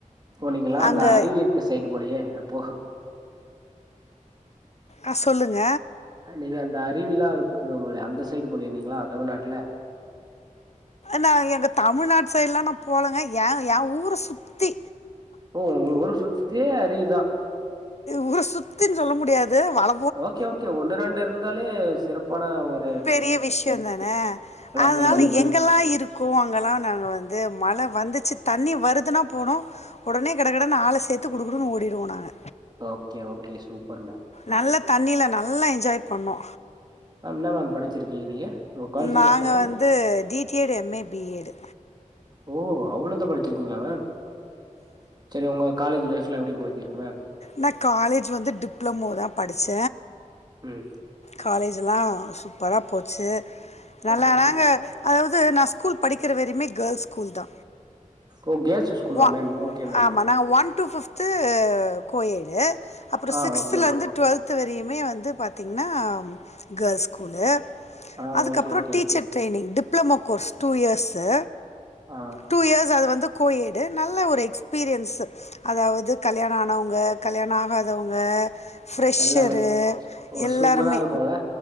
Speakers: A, on the right (about 30°); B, on the left (about 55°).
A: போனீங்களா அந்த
B: அங்கே
A: அருவி இருக்க சைடு போலயே அப்போ
B: ஆ சொல்லுங்க
A: நீங்க அந்த அருவில்லா இருக்குபோல அந்த சைடு போலயா நீங்களா தமிழ்நாட்ல
B: நா எங்க தமிழ்நாட் சைட்லா நா போலங்க எ எ ஊர சுத்தி
A: ஓ உங்க சுத்தியே அருவி தா
B: ஊர சுத்தின் சொல்ல முடியாது வள
A: ஓகே ஓகே ஒன்னு ரெண்டு இருந்தாலே சிறப்பான ஒர்
B: பெரிய விஷ்யோ தான அதனால
A: சைடு அந்த மாரி
B: எங்கெல்லா இருக் கோ அங்கெல்லா நா வந்து மழ வந்துச்சு தண்ணி வருதுன்னா போனு உடனே கடக்கடனு ஆள சேத்து குடு குடு ஓடிடுவோ நாங்க
A: ஓகே ஓகே சூப்பர் ம
B: நல்ல தண்ணில நல்லா என்ஜாய் பண்ணோ
A: மேம் என்ன மேம் படிச்சிருக்கீங்க நீங்க உங்க குவாலிஃபிகேஷன்
B: நாங்கள்
A: மேம்
B: வந்து டிடிஎட் எம்ஏ பிஎட்
A: ஓ அவ்ளதா படிச்சிருக்கீங்களா மேம் சரி உங்க காலேஜ் லைஃப்லா எப்டி போச்சி கு மேம்
B: நா காலேஜ் வந்து டிப்ளமோ தா படிச்ச
A: ம்
B: காலேஜ்லா சூப்பரா போச்சு நல்லா
A: ஓகே மேம்
B: நாங்க அதாவது நா ஸ்கூல் படிக்கிற வரிமே கேர்ள்ஸ் ஸ்கூல் தா
A: ஓ கேர்ள்ஸ் ஸ்கூலா
B: ஒ
A: மேம் ஓகே மேம்
B: ஆமா நா ஒன் ஃபிஃப்து கோயெடு அப்றோ
A: ஆ
B: சிக்ஸ்த்ல
A: ஓகே மேம்
B: இருந்து டுவெல்த் வரையுமே வந்து பாத்தீங்கன்னா கேர்ள்ஸ் ஸ்கூலு
A: ஆ
B: அதுக்கு
A: ஓகே
B: அப்றோ
A: okay
B: teacher
A: ma'am
B: training diploma course two years
A: ஆ
B: டூ இயர்ஸ் அது வந்து கோயெடு நல்ல ஒரு எக்ஸ்பீரியன்ஸு அதாவது கல்யாண ஆனவங்க கல்யாண ஆகாதவங்க ஃப்ரெஷ்ஷரு
A: எல்லாமே ஓ
B: எல்லாருமே
A: சூப்பரா இருக்குல்ல